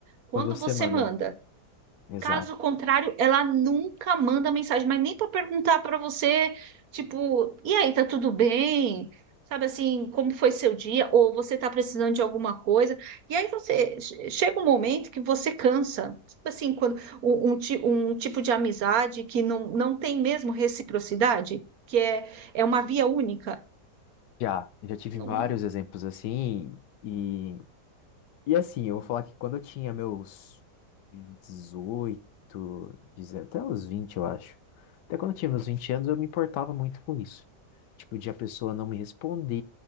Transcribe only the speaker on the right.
quando
você
manda.
Caso contrário, ela nunca manda mensagem, mas nem para perguntar para você, tipo, e aí, tá tudo bem? Sabe assim, como foi seu dia? Ou você tá precisando de alguma coisa? E aí você che- chega um momento que você cansa. Sabe assim, quando um, um ti- um tipo de amizade que não, não tem mesmo reciprocidade, que é, é uma via única.
Não-